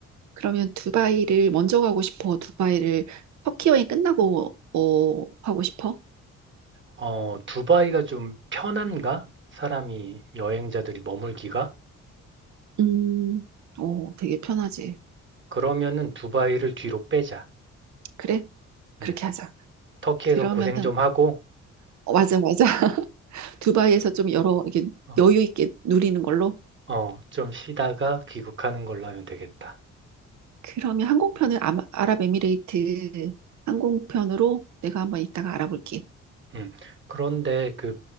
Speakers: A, on the right (about 70°); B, on the right (about 40°).
A: 그러면 두바이를 먼저 가고 싶어? 두바이를 터키 여행 끝나고 어, 하고 싶어?
B: 어, 두바이가 좀 편한가? 사람이, 여행자들이 머물기가?
A: 음, 오, 되게 편하지.
B: 그러면은 두바이를 뒤로 빼자.
A: 그래? 그렇게
B: 음,
A: 하자.
B: 터키에서
A: 그러면은,
B: 고생 좀 하고,
A: 어, 맞아, 맞아. <laughs> 두바이에서 좀 여러, 이게
B: 어,
A: 여유 있게 누리는 걸로.
B: 어, 좀 쉬다가 귀국하는 걸로 하면 되겠다.
A: 그러면 항공편을 아마- 아랍에미레이트 항공편으로 내가 한번 이따가 알아볼게.
B: 음, 그런데 그